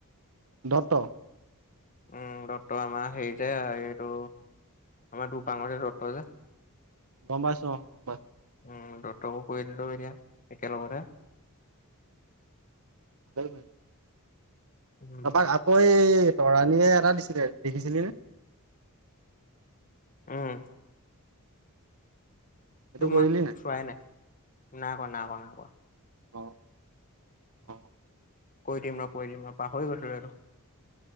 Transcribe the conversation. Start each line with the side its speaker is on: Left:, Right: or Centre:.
Right: দত্ত।
Left: উম দত্ত আমাৰ হেৰি যে এইটো আমাৰ <unintelligible> যে।
Right: গম পাইছো, অ' গম পাইছো।
Left: উম দতকো ক দিলো এতিয়া, একেলগতে।
Right: <inaudible>
Left: উম
Right: তপাক আকৌ এ এই তৰাণীয়ে এটা দিছিলে দেখিছিলি নে?
Left: উম।
Right: সেইটো
Left: সটো
Right: কৰিলি
Left: মই চোৱাই নাই, নাই কোৱা না কোৱা নাই কোৱা।
Right: অ' অ'।
Left: কৈ দিম ৰ কৈ দিম ৰ পাহৰি গৈছিলো আৰু।